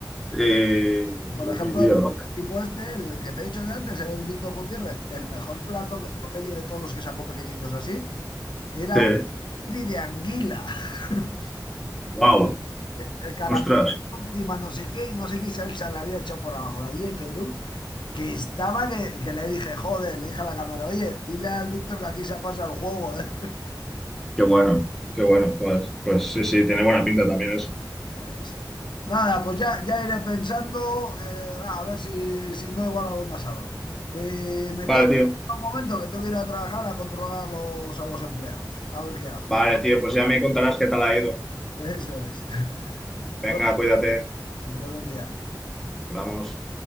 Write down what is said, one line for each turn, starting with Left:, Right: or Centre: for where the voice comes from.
Centre: Y,
Left: Pues, Por ejemplo,
Centre: y sí, tío.
Left: el tipo este, el que te he dicho de antes, el Víctor Gutiérrez, el mejor plato que probé yo de todos los que sacó pequeñitos así, era
Centre: Sí,
Left: un nigiri de anguila. <laughs>
Centre: wow,
Left: El caramelo
Centre: ostras,
Left: encima no sé qué y no sé qué salsa le había hecho por abajo de allí de Perú, que estaba que, que le dije, joder, le dije a la cámara, oye, dile al Víctor que aquí se ha pasado el juego, eh".
Centre: qué bueno, qué bueno, pues, pues sí, sí, tiene buena pinta también eso.
Left: Es- Nada, pues ya, ya iré pensando, eh, a ver si, si no igual algún asador. Eh, me
Centre: Vale,
Left: tengo que
Centre: tío,
Left: ir un momento que tengo que ir a trabajar a controlar a los, a los empleados, a ver qué hacen.
Centre: vale, tío, pues ya me contarás qué tal ha ido.
Left: Eso es. <laughs>
Centre: Venga,
Left: Bueno,
Centre: cuídate,
Left: hasta un día.
Centre: hablamos.